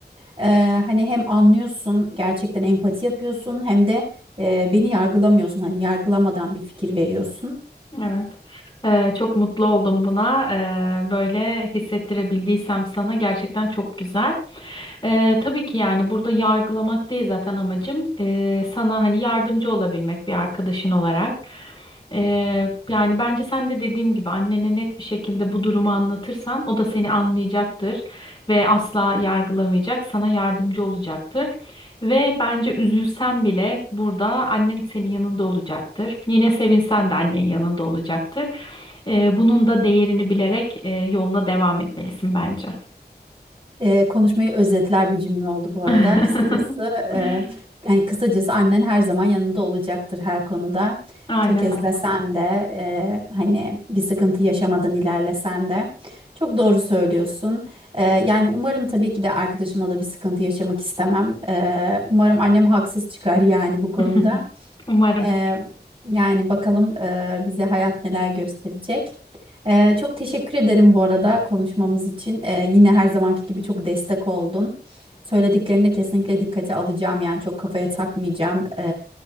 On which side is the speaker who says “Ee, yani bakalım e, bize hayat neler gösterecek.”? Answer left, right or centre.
Right